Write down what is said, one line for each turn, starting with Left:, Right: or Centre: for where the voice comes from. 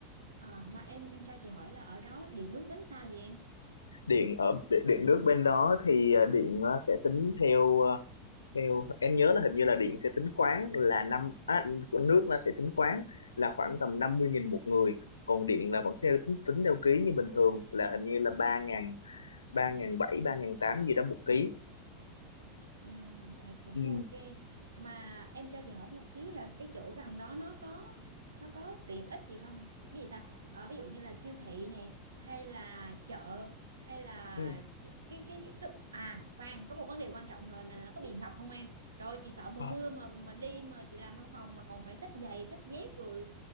Right: À, mà em em cho chị hỏi là ở đó điện nước tính sao vậy em?
Left: điện ở điện nước bên đó thì ờ, điện ờ, sẽ tính theo ờ, theo em nhớ là hình như là điện sẽ tính khoáng là năm à, nước nó sẽ tính khoáng là khoảng tầm 50.000 một người còn điện là vẫn theo tính, tính theo ký như bình thường là hình như là ba ngàn ba ngàn bảy ba ngàn tám gì đó một ký
Right: Ừ, thì cũng
Left: ừ.
Right: ok. Mà em cho chị hỏi một xíu là cái chỗ gần đó nó có nó có tiện ích gì không? Có Cái gì ta? Ờ, ví dụ như là siêu thị nè, hay là chợ, hay là
Left: ừ.
Right: cái cái cái, cái, cái... à khoan, có một vấn đề quan trọng nữa là, là nó có bị ngập không em? Rồi chị sợ mùa
Left: Ờ,
Right: mưa mà mà đi mà chị làm văn phòng mà còn phải xách giày, xách dép rồi